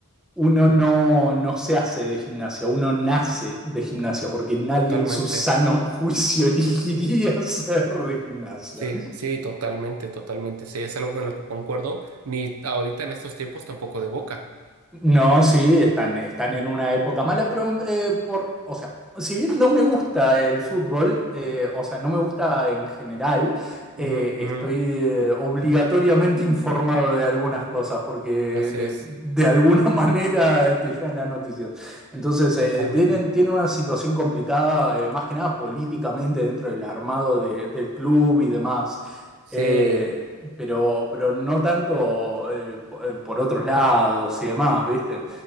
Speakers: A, in the centre; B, on the right (about 70°).
A: uno no, no se hace de gimnasia, uno nace de gimnasia, porque nadie
B: Totalmente.
A: en su sano juicio <laughs> elegiría ser de gimnasia.
B: Sí, sí, totalmente, totalmente. Sí, es algo con lo que concuerdo. Ni ahorita en estos tiempos tampoco de Boca.
A: No, sí, están, están en una época mala, pero eh, por, o sea, si bien no me gusta el fútbol, eh, o sea, no me gusta en general, eh,
B: Ujú,
A: estoy
B: ujú,
A: eh, obligatoriamente <laughs> informado de algunas cosas porque
B: Así
A: de,
B: es.
A: de alguna <laughs> manera te llegan las noticias. Entonces,
B: Totalmente.
A: eh, tienen, tienen una situación complicada, eh, más que nada políticamente dentro del armado de- del club y demás.
B: Sí.
A: Eh, pero, pero no tanto eh, por, otros lados y demás, ¿viste?